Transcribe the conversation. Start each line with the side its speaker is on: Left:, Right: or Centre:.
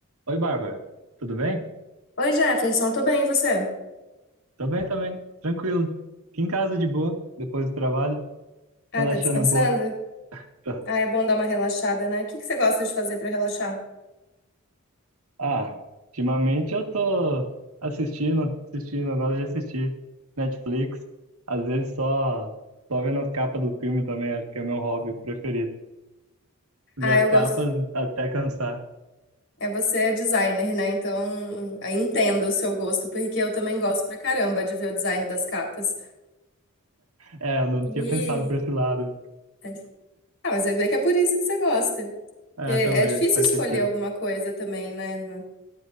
Right: Oi, Bárbara. Tudo bem?
Left: Oi, Jefferson, tô bem, e você?
Right: Tô bem também. Tranquilo. Aqui em casa de boa, depois do trabalho,
Left: Ah,
Right: relaxando
Left: tá descansando?
Right: um pouco. Tá.
Left: Ah, é bom dar uma relaxada, né? O que que você gosta de fazer pra relaxar?
Right: Ah, ultimamente eu tô assistindo, assistindo, eu gosto de assistir Netflix. Às vezes só, só vendo as capas do filme também, acho que é meu hobby preferido. Ver
Left: Ah,
Right: as
Left: eu
Right: capas
Left: gosto.
Right: até cansar.
Left: É, você é designer, né? Então, eu entendo o seu gosto, porque eu também gosto pra caramba de ver o design das capas.
Right: É, eu não
Left: E.
Right: tinha pensado por esse lado.
Left: é. Ah, mas eu vejo que é por isso que você gosta. Porque
Right: É,
Left: é
Right: talvez,
Left: difícil
Right: faz
Left: escolher
Right: sentido.
Left: alguma coisa também, né?